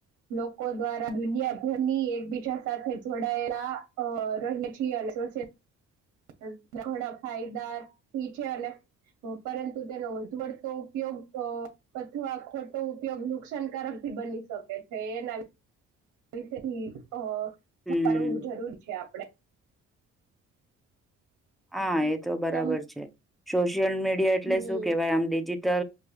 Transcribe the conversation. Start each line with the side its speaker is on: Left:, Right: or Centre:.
Right: લોકો દ્વારા દુનિયાભર ની એક બી જ સાથે જોડાયેલા અ રહી છે અને સોસ હોય ઘોણા ફાયદા થી છે અને પરંતુ તેનો વધુ વડતો ઉપયોગ અ અથવા ખોટો ઉપયોગ નુકસાનકારક બની શકે છે એના વિશેથી અ
Centre: હમ
Right: જાણવું જરૂરી છે આપડે
Centre: હા એ તો બરાબર
Right: તમ
Centre: છે સોશિયલ મીડિયા એટલે
Right: હમ
Centre: શું કેવાય આમ ડિજિ તો